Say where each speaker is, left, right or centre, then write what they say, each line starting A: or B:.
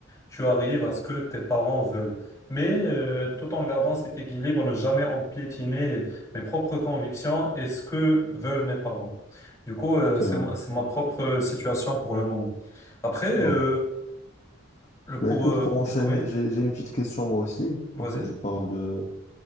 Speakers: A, on the left; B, on the left.
A: tu arrives à ce que tes parents veulent. Mais euh, tout en gardant cet équilibre, ne jamais empiétiner mes propres convictions et ce que veulent mes parents. Du coup, euh,
B: c'est
A: c'est
B: vrai.
A: ma, c'est ma propre euh, situation pour le moment. Après, euh,
B: Ouais.
A: le-
B: Mais
A: pour...
B: écoute,
A: euh,
B: pour enchaîner,
A: oui,
B: j'ai, j'ai une petite question moi aussi,
A: vas-y.
B: tant que tu parles de,